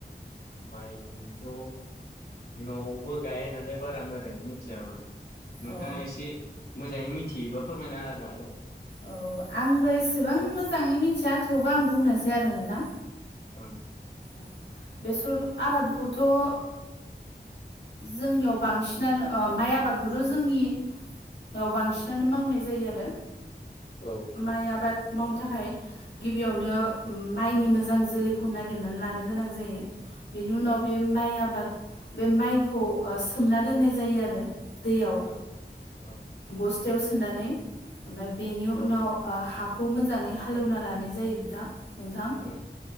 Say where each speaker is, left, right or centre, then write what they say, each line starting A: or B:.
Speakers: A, on the left; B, on the left.
A: माइनिथ' न'आवबो गाया नालाय बारा मोजाङै मिथियामोन नोंथाङा
B: औ
A: एसे मोजाङै मिथियोबा फोरमायना होनो हागोन
B: औ आंबो एसेबां मोजाङै मिथिया थेवबो आं बुंनोसै आरो नोंथां
A: ओं
B: औ बेसर आबादखौथ' जोंनियाव बांसिनानो माइ आबादखौथ' जोंनि याव बांसिनानो मावनाय जायो आरो
A: औ
B: माइ आबाद मावनो थाखाय गिबियावनो माइनि मोजां जोलैखौ ना नागिरनानै लानो गोनां जायो बेनि उनाव बे माइ आबाद बे माइखौ ओ सोमना दोननाय जायो आरो दैयाव
A: ओं ओं
B: बस्थायाव सोनानै ओमफाय बेनि उनाव हाखौ मोजाङै हालेवना लानाय जायो बिथां नोंथां
A: ओं